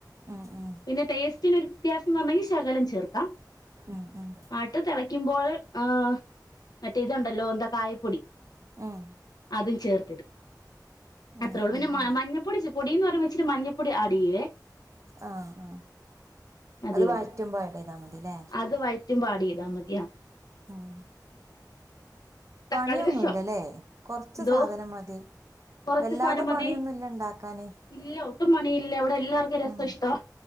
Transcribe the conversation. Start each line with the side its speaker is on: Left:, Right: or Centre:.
Right: ഉം ഉം
Left: പിന്നെ ടേസ്റ്റിനൊരു വ്യത്യാസം വരണെങ്കിൽ ശകലം ചേർക്കാം
Right: ഉം ഉം ഉം
Left: ആട്ട് തിളക്കുമ്പോൾ ആഹ് മറ്റേ ഇതുണ്ടല്ലോ എന്താ കായപ്പൊടി
Right: ഉം
Left: അതും ചേർത്തിടും
Right: ഉം
Left: അത്രൊള്ളു
Right: ഉം
Left: പിന്നെ
Right: ഉം
Left: മഞ്ഞ പൊടി പൊടീന്ന് പറയുമ്പോ ഇച്ചിരി മഞ്ഞ പൊടി ആഡിയ്യുവേ
Right: ആഹ് ആഹ്
Left: അതേ
Right: അത്
Left: ഉള്ളൂ
Right: വഴറ്റുമ്പോ ആഡ് ചെയ്താ മതില്ലേ
Left: അത് വഴറ്റുമ്പോ ആഡ് ചെയ്താൽ മതിയ
Right: ഉം പണിയൊന്നുല്ലല്ലേ
Left: തക്കാളി രസം
Right: കൊറച്ച്
Left: എന്തോ
Right: സാധനം മതി
Left: കൊറച്ച്
Right: വല്ലാതെ
Left: സാനം
Right: പണിയൊന്നുല്ല
Left: മതി
Right: ഇണ്ടാക്കാന്
Left: ഇല്ല ഒട്ടും പണിയില്ല ഇവിടെ എല്ലാവർക്കും രസം
Right: ഉം
Left: ഇഷ്ടോ